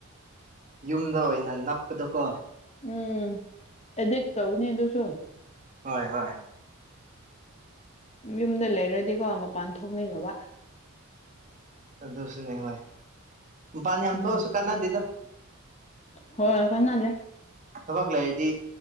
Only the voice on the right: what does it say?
ꯌꯨꯝꯗ ꯑꯣꯏꯅ ꯅꯞꯄꯗꯣꯀꯣ
ꯍꯣꯏ ꯍꯣꯏ
ꯑꯗꯨꯁꯨꯅꯦ ꯍꯣꯏ ꯃꯄꯥꯟ ꯌꯥꯝ
ꯊꯣꯛꯑꯁꯨ ꯀꯥꯟꯅꯗꯦꯗ
ꯊꯕꯛ ꯂꯩꯔꯗꯤ